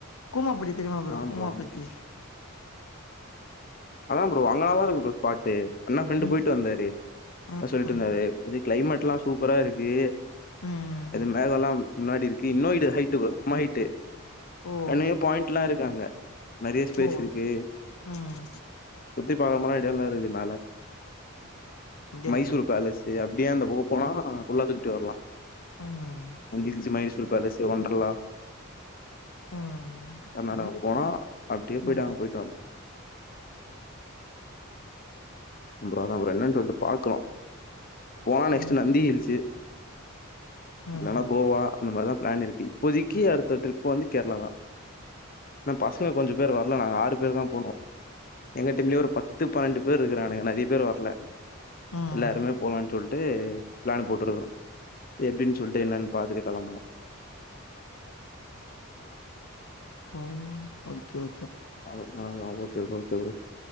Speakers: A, on the left; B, on the left.
A: கூமாப்பட்டி தெரியுமா ப்ரோ
B: ஆமா
A: கூமாப்பட்டி
B: ஆமா. அதா ப்ரோ அங்க நல்லாருக்கு ப்ரோ ஸ்பாட்டு அண்ணா ஃப்ரெண்டு
A: ம்
B: போயிட்டு வந்தாரு
A: ம்
B: சொல்லிட்டு இருந்தாரு க்ளைமேட் எல்லா சூப்பரா இருக்கு
A: ம் ம்
B: அது மேக எல்லா முன்னாடி இருக்கு இன்னோ ஹைட்டு சம்ம ஹைட்டு
A: ஓ
B: என்னையோ பாயிண்ட் எல்லா இருக்கு அங்க நெறய ஸ்பேஸ்
A: ஓ
B: இருக்கு
A: ம்
B: சுத்தி பாக்கற மாரி எடெல்லா இருக்கு மேல
A: அப்டியா
B: மைசூர்
A: ப்ரோ
B: பேலஸ் இது அப்டே அந்த பக்கோ போனா ஃபுல்லா சுத்திட்டு வரலா
A: ம்
B: <unintelligible> மயில்ஸ் <unintelligible> ஒண்டர்லா
A: ம்
B: கர்நாடக
A: எதா கேட்டு
B: போனா
A: ப்ரோ
B: அப்டே போய்ட்டு
A: ம்
B: அங்க போய்ட்டு வரலா ப்ரோ அதா ப்ரோ என்னன்னு சொல்ட்டு பாக்கறோ போனா நெக்ஸ்ட்
A: ஆமா
B: நந்தி ஹில்ஸு
A: ம்
B: இல்லன்னா கோவா அந்த மாரிதா ப்ளான் இருக்கு இப்போதிக்கு அடுத்த ட்ரிப் வந்து கேரளா தா அனா பசங்க கொஞ்ச பேர் வரல நாங்க ஆறு பேர் தா போனோ எங்க டீம்லயே ஒரு பத்து பன்னெண்டு பேர் இருக்கிறானுங்க நெறிய பேர் வர்ல
A: ம்
B: எல்லாருமே போலா சொல்ட்டு பிளான் அ போட்டுருக்குரோ எப்டினு சொல்ட்டு என்னன்னு பாத்துட்டு கெளம்புனு
A: உம் ஓகே ஓகே
B: அஹ் ஓகே ஓகே ப்ரோ